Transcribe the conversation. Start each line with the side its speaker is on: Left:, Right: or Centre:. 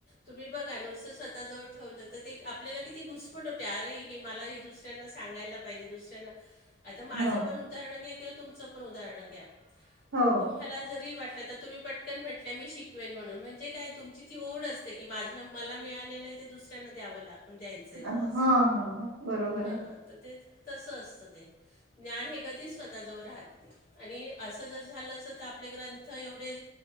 Left: तुम्ही बघा नुसतं स्वतः जवळ ठेवलं तर ते आपल्याला किती घुसमट होते. अरे हे मला हे दुसर दुसऱ्यांना सांगायला पाहिजे. दुसऱ्याना आता माझ
Right: ह
Left: पण उदाहरण घ्या. किंवा तुमचं पण उदाहरण घ्या.
Right: हो
Left: तुम्हाला जरी वाटल तर तुम्ही पटकन म्हटल्या मी शिकवेन म्हणून. म्हणजे काय तुमची ती ओढ अस की माझ्या मला मिळालेलं आहे ते दुसऱ्यांना द्याव लागत. द्यायचं आहे
Right: हा
Left: बवा अस.
Right: हा बरोबर
Left: हा
Right: आहे
Left: तर ते तस असत ते. ज्ञान हे कधीच स्वतः जवळ राहत नाही. आणि असं जर झाल असत तर आपले ग्रंथ एवढे